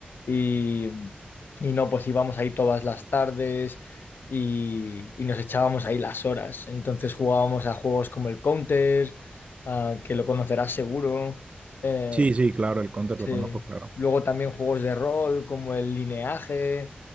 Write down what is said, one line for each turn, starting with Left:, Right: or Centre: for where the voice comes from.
Left: y, y no, pues íbamos ahí todas las tardes y, y nos echábamos ahí las horas. Entonces jugábamos a juegos como el Counter, ah, que lo conocerás seguro. eh,
Right: Sí, sí, claro, el Counter
Left: Sí.
Right: lo conozco, claro.
Left: Luego también juegos de rol como el Lineaje,